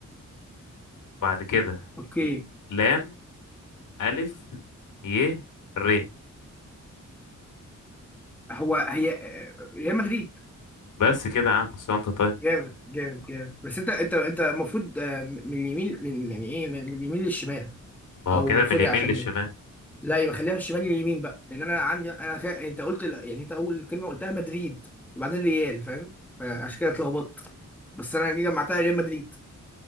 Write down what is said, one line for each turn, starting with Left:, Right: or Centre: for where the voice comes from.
Left: بعد كده
Centre: اوكي
Left: ل- لام ألف ي ر
Centre: هو هي آه، ريال مدريد
Left: بس كده يا عم بس انت طيب
Centre: جامد جامد جامد بس انت انت انت المفروض آه، من اليمين من يعني ايه من من اليمين للشمال
Left: ما
Centre: او
Left: هو كده من
Centre: سوري
Left: اليمين
Centre: عشان
Left: للشمال
Centre: لا يبقى خليها في الشمال اليمين بقى لان انا عندي انا خ... انت قلت ال- يعني انت اول كلمه قلتها مدريد وبعدين ريال فاهم فعشان كده اتلخبطت بس انا جي جمعتها ريال مدريد